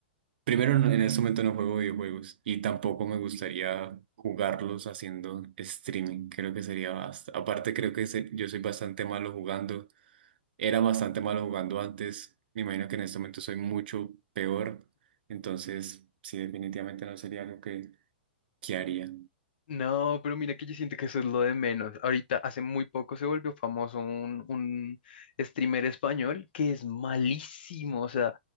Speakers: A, on the right; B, on the left.
A: Primero, no- en este momento no juego videojuegos y tampoco me gustaría jugarlos haciendo streaming. Creo que sería basta. Aparte, creo que se- yo soy bastante malo jugando. Era bastante malo jugando antes. Me imagino que en este momento soy mucho peor. Entonces, sí, definitivamente no sería algo que, que haría.
B: No, pero mira que yo siento que eso es lo de menos. Ahorita hace muy poco se volvió famoso un, un streamer español que es malísimo. O sea,